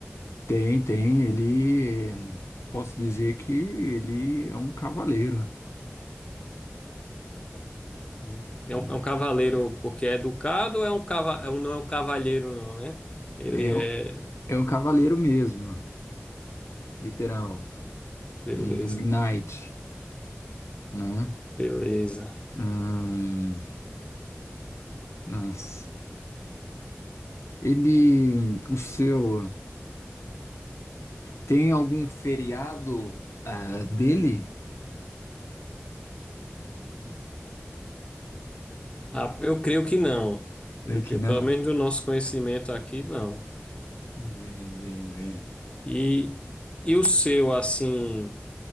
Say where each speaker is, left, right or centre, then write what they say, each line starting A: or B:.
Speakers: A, on the left (about 85°); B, on the left (about 25°).
A: Tem, tem. Ele, eh, posso dizer que ele é um cavaleiro.
B: Uhum. É
A: É um,
B: um, é um cavaleiro porque é educado, ou é um cava, é um- não é um cavalheiro não, né? Ele
A: é
B: é,
A: um é um cavaleiro mesmo, literal.
B: beleza,
A: Um um knight, né?
B: beleza.
A: Ahn, nossa. Ele, o seu. Tem algum feriado ah, dele?
B: Ah, eu creio que não.
A: Creio
B: Eu creio,
A: que não.
B: pelo menos do nosso conhecimento aqui, não.
A: Bem, bem, bem.
B: E, e o seu, assim,